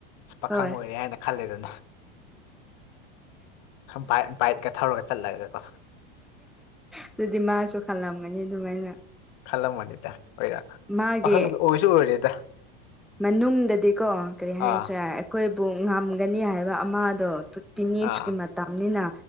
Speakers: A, on the left (about 55°); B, in the centre.
A: ꯄꯥꯈꯪ
B: ꯍꯣꯏ
A: ꯑꯣꯏꯔꯦ ꯍꯥꯏꯅ ꯈꯜꯂꯦ ꯑꯗꯨꯅ ꯕꯥꯢ ꯕꯥꯏꯠꯀ ꯊꯧꯔꯒ ꯆꯠꯂꯒꯀꯣ
B: ꯑꯗꯨꯗꯤ ꯃꯥꯁꯨ ꯈꯜꯂꯝꯒꯅꯤ ꯑꯗꯨ ꯃꯥꯏꯅ
A: ꯈꯜꯂꯝꯃꯅꯤꯗ
B: ꯃꯥꯒꯤ
A: ꯄꯥꯈꯪ ꯑꯣꯏꯁꯨ ꯑꯣꯏꯔꯦꯗ
B: ꯃꯅꯨꯡꯗꯗꯤꯀꯣ ꯀꯔꯤ
A: ꯑꯥ
B: ꯍꯥꯏꯁꯤꯔꯥ ꯑꯩꯈꯣꯏꯕꯨ ꯉꯝꯒꯅꯤ ꯍꯥꯏꯕ ꯑꯃꯗꯣ ꯇꯤꯟ
A: ꯑꯥ
B: ꯑꯦꯖꯀꯤ ꯃꯇꯝꯅꯤꯅ